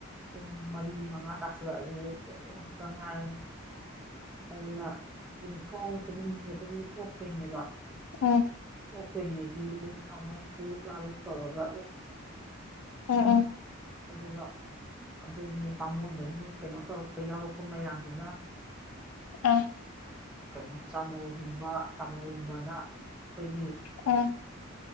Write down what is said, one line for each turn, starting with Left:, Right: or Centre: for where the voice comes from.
Centre: ꯄꯨꯡ ꯃꯔꯤ ꯃꯉꯥ ꯇꯥꯁꯜꯂꯛꯑꯗꯤ ꯑꯗꯨ ꯉꯥꯛꯇ ꯉꯥꯏꯔꯅꯤ ꯑꯗꯨꯅ ꯌꯨꯝꯊꯣꯡ ꯈꯨꯗꯤꯡꯒꯤ ꯑꯗꯨꯝ ꯑꯣꯛꯇꯣꯏꯅꯦꯕ
Left: ꯎꯝ
Centre: ꯑꯣꯄꯣꯏꯅꯦꯗꯤ ꯑꯗꯨꯝ ꯊꯥꯎꯃꯣꯏ ꯑꯌꯨꯛ ꯂꯥꯔꯨꯛ ꯇꯧꯔꯒ
Left: ꯎꯝ ꯎꯝ
Centre: ꯑꯗꯨꯒ ꯑꯗꯨꯒꯤ ꯄꯥꯃꯣꯟꯗꯒꯤ ꯀꯩꯅꯣ ꯇꯧꯔꯛꯄ ꯌꯥꯎꯔꯛꯄ ꯃꯌꯥꯝꯗꯨꯅ
Left: ꯑꯥ
Centre: ꯀꯩꯅꯣ ꯆꯥꯃꯣꯒꯨꯝꯕ ꯇꯥꯃꯣꯒꯨꯝꯕꯅ ꯑꯩꯈꯣꯏꯒꯤ
Left: ꯎꯝ